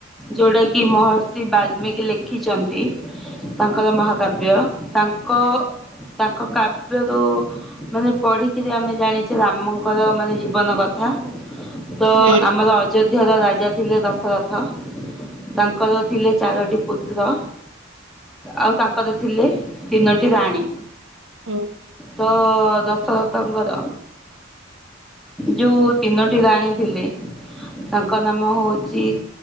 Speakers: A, in the centre; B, on the right.
A: ଯୋଉଟା କିି ମହର୍ଷି ବାଲ୍ମୀିକି ଲେଖିଛନ୍ତି। ତାଙ୍କର ମହାକାବ୍ୟ ତାଙ୍କ ତାଙ୍କ କାବ୍ୟରୁ। ମାନେ ପଢ଼ିକିରି ଆମେ ଜାଣିଛେ ରାମଙ୍କର ମାନେ ଜୀବନ କଥା। ତ
B: ହୁଁ
A: ଆମର ଅଯୋଧ୍ୟାର ରାଜା ଥିଲେ ଦଶରଥ।
B: ହୁଁ
A: ତାଙ୍କର ଥିଲେ ଚାରୋଟି ପୁତ ତ୍ର ଆଉ ତାଙ୍କର ଥିଲେ ତିନୋଟି ରାଣୀ।
B: ହୁଁ
A: ତ ଦଶ ରଥଙ୍କର ଯୋଉ ତିନୋଟି ରାଣୀ ଥିଲେ ତାଙ୍କ ନାମ ହୋଉଚି